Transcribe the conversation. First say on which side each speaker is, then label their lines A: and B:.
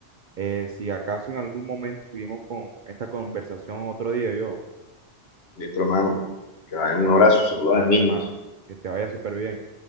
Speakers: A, on the right; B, on the left.
A: Eh, si acaso en algún momento seguimos con esta conversación otro día, yo,
B: Listo, hermano. Que vayan
A: hágale,
B: un abrazo. Saludos
A: hágale
B: a las niñas.
A: hermano, que te vaya súper bien.